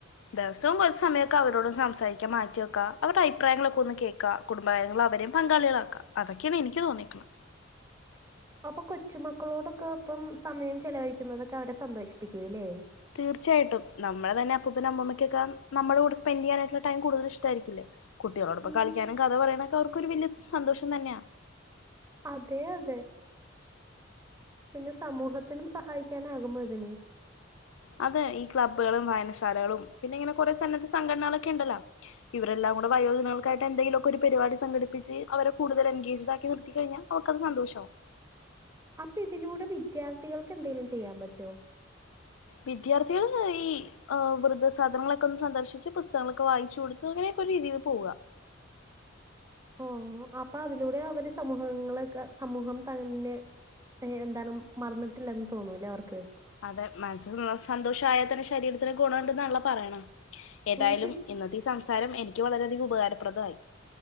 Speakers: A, on the left (about 80°); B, on the right (about 15°).
A: ദിവസവും കുറ സമയൊക്കെ അവരോടും സംസാരിക്കാൻ മാറ്റിവെക്ക അവരുടെ അഭിപ്രായങ്ങളൊക്കെ ഒന്ന് കേൾക്കാം കുടുംബകാര്യങ്ങള അവരും പങ്കാളികളാക്കാ അതൊക്കെയാണ് എനിക്ക് തോന്നിക്കുന്നത്
B: <inaudible> അപ്പൊ കൊച്ചു മക്കളോടൊക്കെ ഒപ്പം സമയം ചെലവഴിക്കുന്നതൊക്കെ അവരെ സന്തോഷിപ്പിക്കൂല്ലേ
A: തീർച്ചയായിട്ടും നമ്മള തന്ന അപ്പനും അമ്മക്കൊക്കെ നമ്മുടെ കൂടെ സ്പെൻറ് ചെയ്യാനായിട്ടുള്ള ടൈം കൂടുതൽ ഇഷ്ടരിക്കില്ലേ കുട്ടികളോടൊപ്പം
B: ഉം
A: കളിക്കാനും കഥ പറയാനൊക്കെ അവർക്കൊരു വലിയ സന്തോഷം തന്നെയാണ്
B: അതെ അതെ പിന്നെ സമൂഹത്തിനും സഹായിക്കാനാകുമോ ഇതിന്
A: അതെ ഈ ക്ലബ്ബുകളും വായനശാലകളും പിന്നെ ഇങ്ങനെ കുറെ സന്നദ്ധ സംഘടനകളൊക്കെ ഉണ്ടല്ലോ ഇവരെല്ലാം നമ്മുടെ വയോജനങ്ങൾക്ക് ആയിട്ട് എന്തെലുമൊക്കെ ഒരു പരിപാടി സംഘടിപ്പിച്ച് അവരെ കൂടുതൽ എൻഗേജ് ആക്കി നിർത്തി കഴിഞ്ഞാ അവർക്കത്‌ സന്തോഷമാവും
B: അപ്പ ഇതിലൂടെ വിദ്യാത്ഥികൾക്ക് എന്തേങ്കിലും ചെയ്യാൻ പറ്റോ
A: വിദ്യാർത്ഥികൾ ഈ വൃദസദനങ്ങളൊക്കെ ഒന്ന് സന്ദർശിച്ച് പുസ്തകങ്ങളൊക്കെ വായിച്ച് കൊടുത്ത് അങ്ങനെയൊക്കെ ഒരു രീതിൽ പോവ
B: <inaudible> ഓ അപ്പൊ അതിലൂടെ അവര് സമൂഹങ്ങളൊക്കെ സമൂഹം തന്നെ എന്താണ് മറന്നിട്ടില്ലെന്ന് തോന്നൂല്ലേ അവർക്ക്
A: അതെ മനസ്സ് സന്തോഷയാൽ തന്നെ ശരീരത്തിന് ഗുണമുണ്ടെന്നാണല്ലോ പറയണേ ഏതായാലും
B: ഉം പി
A: ഇന്നത്തെ ഈ സംസാരം എനിക്ക് വളരെയധികം ഉപകാരപ്രദമായി